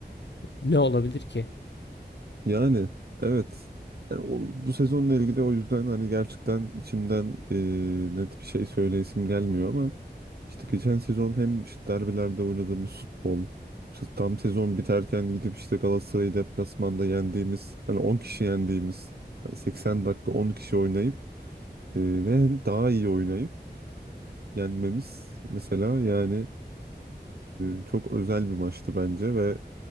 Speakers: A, on the left; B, on the right.
A: ne olabilir ki?
B: Yani evet. Yani o, bu sezonla ilgili o yüzden hani gerçekten içimden e, net bir şey söyleyesim gelmiyor ama işte geçen sezon hem işte derbilerde oynadığımız futbol, işte tam sezon biterken gidip işte Galatasaray'ı deplasmanda yendiğimiz, hani 10 kişi yendiğimiz, yani 80 dakika 10 kişi oynayıp e, ve hem daha iyi oynayıp yenmemiz mesela yani e, çok özel bir maçtı bence ve